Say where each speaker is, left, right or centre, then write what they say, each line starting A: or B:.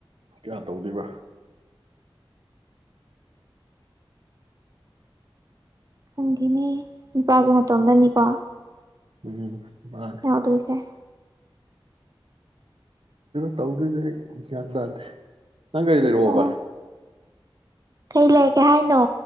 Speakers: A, on the right; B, on the right.
A: ꯀꯌꯥ ꯇꯧꯗꯣꯏꯔꯤꯕ
B: ꯈꯪꯗꯤꯅꯦ ꯅꯨꯄꯥꯁꯦ ꯅꯇꯣꯝꯗꯅꯤꯀꯣ
A: ꯎꯝ ꯃꯥꯅꯦ
B: ꯌꯥ ꯇꯁꯦ
A: ꯇꯧꯗꯨꯖ ꯌꯥꯌꯥꯗꯗꯗ ꯅꯪ ꯀꯩꯗꯦꯔꯣ
B: ꯑꯣ
A: ꯍꯣꯕ
B: ꯀꯩ ꯂꯩꯔꯒꯦ ꯍꯥꯏꯅꯣ